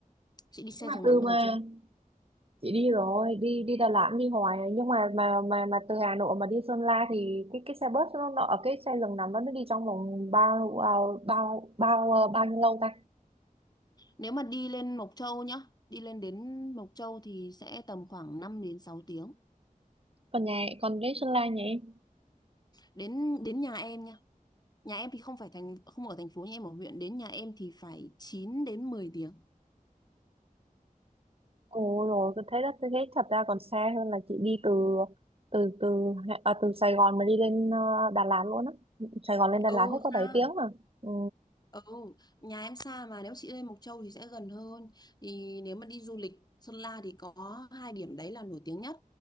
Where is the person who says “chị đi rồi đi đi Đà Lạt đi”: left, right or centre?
Right